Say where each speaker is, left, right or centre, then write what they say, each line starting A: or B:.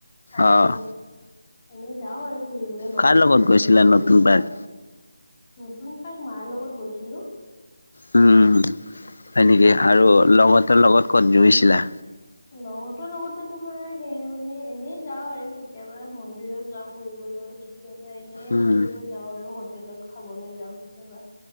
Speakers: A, on the left (about 30°); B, on the left (about 75°).
A: আৰু
B: অ'।
A: এনে যাওঁ আৰু। ফুৰিবলৈ লগহঁতৰ
B: কাৰ
A: লগত
B: গৈছিলা
A: মন্দিৰত
B: নতুন পাৰ্ক
A: যাওঁ, নতুনকৈ মাৰ লগত গৈছিলোঁ।
B: হম, হয় নেকি আৰু লগহঁতৰ লগত ক'বাত গৈছিলা?
A: <inaudible> লগৰতোৰ লগতো তোমাৰ সেই মানে এনেই যাওঁ আৰু কেতিয়াবা মন্দিৰত যাওঁ ফুৰিবলৈ। <unintelligible> এনে
B: উম
A: ফুৰিব যাওঁ আৰু হোটেলত খাবলৈ যাওঁ কেতিয়াবা